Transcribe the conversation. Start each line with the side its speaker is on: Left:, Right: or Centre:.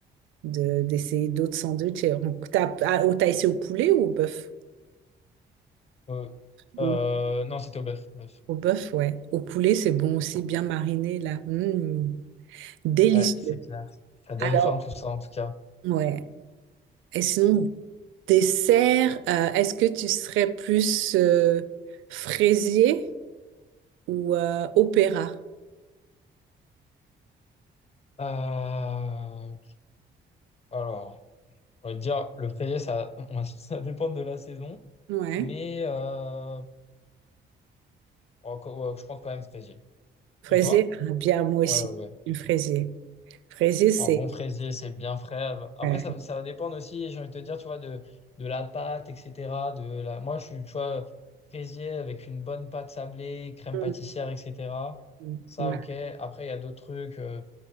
Right: de, d'essayer d'autres sandwichs. Et on tape, ah, oh, t'as essayé au poulet ou au bœuf?
Left: Euh,
Right: Au,
Left: euh, non, c'était au bœuf. bœuf.
Right: au bœuf, ouais. Au poulet, c'est bon aussi, bien mariné, là. Mm, délicieux.
Left: Ouais, c'est clair. Ça donne
Right: Alors,
Left: faim, tout ça, en tout cas.
Right: ouais. Et sinon, dessert, euh, est-ce que tu serais plus euh, fraisier ou euh, opéra?
Left: Euh, alors, on va dire, le feuillet, ça, <laughs> ça dépend de la saison.
Right: Ouais.
Left: Mais euh, oh, co- ouais, je pense quand même fraisier.
Right: Fraisier,
Left: Et toi?
Right: ah, bien, moi aussi,
Left: Ouais, ouais.
Right: une fraisier. Fraisier, c'est...
Left: Un bon fraisier, c'est bien frais. Après,
Right: ouais.
Left: ça, ça va dépendre aussi, j'ai envie de te dire, tu vois, de, de la pâte, etc. De la... Moi, je suis, tu vois, fraisier avec une bonne pâte sablée, crème
Right: Mm,
Left: pâtissière, etc.
Right: mm,
Left: Ça,
Right: ouais,
Left: ok. Après, il y a d'autres trucs, euh,